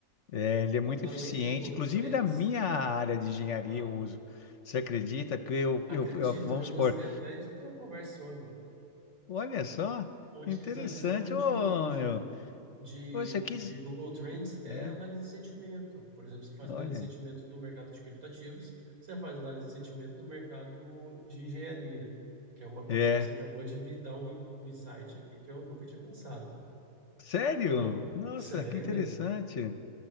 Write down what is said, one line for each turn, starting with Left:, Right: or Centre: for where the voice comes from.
Left: É, ele é muito
Right: A-
Left: eficiente,
Right: além do Google
Left: inclusive
Right: Trends,
Left: na minha área de engenharia
Right: ah,
Left: eu uso. Você acredita que eu,
Right: acredito,
Left: eu, eu- vamos
Right: eu
Left: supor,
Right: gostaria até de ter uma conversa sobre.
Left: olha só,
Right: utilização
Left: interessante,
Right: de,
Left: ô
Right: de,
Left: meu.
Right: de,
Left: Poxa, que.
Right: de Google Trends é
Left: É,
Right: análise de sentimento. Por exemplo, você faz
Left: olha.
Right: análise de sentimento do mercado de criptativos, você faz análise de sentimento do mercado de engenharia, que é uma coisa
Left: É.
Right: que você acabou de me dar um, in- um insight aqui que eu nunca tinha pensado.
Left: Sério?
Right: Então,
Left: Nossa,
Right: sério
Left: que interessante.
Right: mesmo.